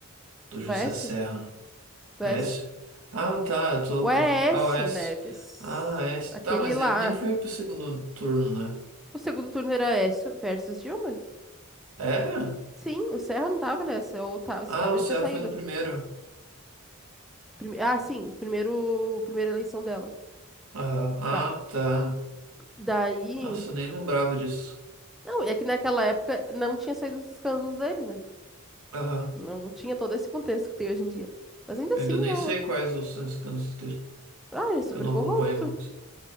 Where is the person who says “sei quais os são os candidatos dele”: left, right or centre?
Right